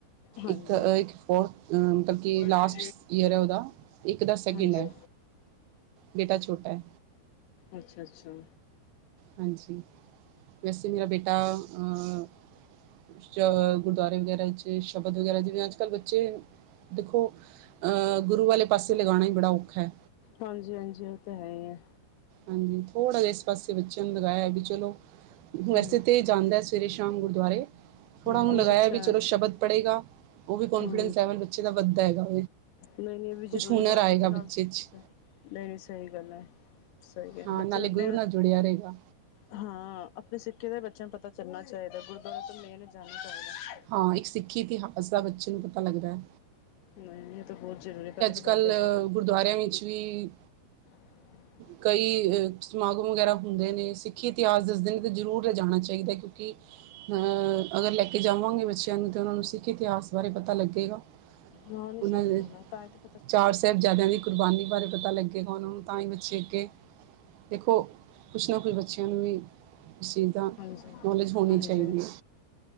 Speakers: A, on the left; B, on the right.
A: ਹਾਂਜੀ।
B: ਇੱਕ ਆਹ
A: ਹਾਂਜੀ,
B: ਫੋਰਥ, ਮਤਲਬ ਕਿ
A: ਅੱਛਾ
B: ਲਾਸਟ ਈਅਰ ਐ ਓਦਾ। ਇੱਕ ਦਾ ਸੈਕਿੰਡ
A: ਜੀ,
B: ਐ, ਬੇਟਾ ਛੋਟਾ ਐ।
A: ਅੱਛਾ-ਅੱਛਾ।
B: ਹਾਂਜੀ, ਵੈਸੇ ਮੇਰਾ ਬੇਟਾ ਅ ਚਲ ਗੁਰਦੁਆਰੇ ਵਗੈਰਾ 'ਚ ਸ਼ਬਦ ਵਗੈਰਾ, ਜਿਵੇ ਅਜ ਕੱਲ੍ਹ ਬੱਚੇ ਦੇਖੋ, ਅ ਗੁਰੂ ਵਾਲੇ ਪਾਸੇ ਲਗਾਂਣਾ ਈ ਬੜਾ ਔਖਾ।
A: ਹਾਂਜੀ-ਹਾਂਜੀ, ਓ ਤੇ ਹੈ ਈ ਐ।
B: ਹਾਂਜੀ, ਥੋੜਾ ਜਿਹਾ ਇਸ ਪਾਸੇ ਬੱਚੇਆਂ ਨੂੰ ਲਗਾਇਆ ਵੀ ਚਲੋ ਵੈਸੇ
A: ਹੂੰ,
B: ਤੇ ਜਾਂਦਾ ਐ, ਸਵੇਰੇ ਸ਼ਾਮ ਗੁਰਦੁਆਰੇ। ਥੋੜਾ ਓਨੂ
A: ਬਹੁਤ
B: ਲਗਾਇਆ
A: ਅੱਛਾ
B: ਵੀ
A: ਐ
B: ਚਲੋ ਸ਼ਬਦ ਪੜ੍ਹੇਗਾ। ਓ ਵੀ ਕੋਂਨਫੀਡੈਂਸ
A: ਹੂੰ
B: ਲੈਵਲ ਬੱਚੇ ਦਾ ਵੱਦਧਾ ਹੈਗਾ।
A: ਨਈ-ਨਈ ਏ ਵੀ
B: ਕੁਛ
A: ਜ਼ਰੂਰੀ
B: ਹੁਨਰ
A: ਬਾਬਾ
B: ਆਏਗਾ
A: ਜੀ ਨਾਲ
B: ਬੱਚੇ
A: ਸਭ
B: 'ਚ
A: ਕੁਛ ਐ। ਨਹੀ-ਨਹੀ ਸਹੀ ਗੱਲ ਐ। ਸਹੀ ਐ,
B: ਹਾਂ
A: ਬੱਚੇ
B: ਨਾਲੇ
A: ਨੂੰ ਅਪਣੇ
B: ਗੁਰੂ ਨਾਲ ਜੁੜਿਆ ਰਹੇਗਾ
A: ਹਾਂ, ਅਪਣੇ ਸਿੱਖ਼ੀ ਦਾ ਬੱਚੇਆਂ ਨੂੰ ਪਤਾ ਚੱਲਣਾ ਚਾਹੀਦਾ, ਗੁਰਦੁਆਰਾ ਤਾ ਮੇਨ ਐ, ਜਾਣਾ ਚਾਹੀਦਾ।
B: ਹਾਂ, ਇੱਕ ਸਿੱਖੀ ਇਤਿਹਾਸ ਦਾ ਬੱਚੇ ਨੂੰ ਪਤਾ ਲੱਗਦਾ ਐ।
A: ਨਈ-ਨਈ ਐ ਤਾਂ ਬੋਤ ਜ਼ਰੂਰੀ, ਪੈਲੇ ਤਾਂ
B: ਕੱਲ੍ਹ
A: ਬਾਬਾ ਜੀ
B: ਗੁਰਦੁਆਰਿਆਂ ਵਿੱਚ ਵੀ
A: <inaudible>
B: ਕਈ ਅ ਸਮਾਗਮ ਵਗੈਰਾ ਹੁੰਦੇ ਨੇ, ਸਿੱਖੀ ਇਤਿਹਾਸ ਦੱਸਦੇ ਨੇ ਤੇ ਜ਼ਰੂਰ ਲਿਜਾਣਾ ਚਾਹੀਦਾ। ਕਿਉਂਕਿ ਹਾਂ ਅਗਰ ਲੈ ਕੇ ਜਾਵਾਂਗੇ ਬੱਚੇਆਂ ਨੂੰ ਤਾਂ ਓਨਾਂ ਨੂੰ ਸਿੱਖ ਇਤਿਹਾਸ ਬਾਰੇ ਪਤਾ ਲੱਗੇਗਾ।
A: ਹਾਂ ਏ ਸਈ
B: ਉਹਨਾਂ ਦੇ
A: ਗੱਲ ਆ ਧਰ
B: ਚਾਰ ਸਾਹਿਬਜ਼ਾਦਿਆਂ ਦੀ ਕੁਰਬਾਨੀ ਬਾਰੇ ਪਤਾ ਲੱਗੇਗਾ ਓਨਾਂ ਨੂੰ ਤਾਂ ਈ ਬਚੇ ਅੱਗੇ ਦੇਖੋ, ਕੁਛ ਨਾ ਕੁਛ ਬੱਚੇਆਂ ਨੂੰ ਵੀ ਇਸ ਚੀਜ਼ ਦਾ
A: ਹਾਂਜੀ
B: ਨੌਲੇਜ ਹੋਣੀ
A: ਹਾਂਜੀ
B: ਚਾਈਦੀ ਐ।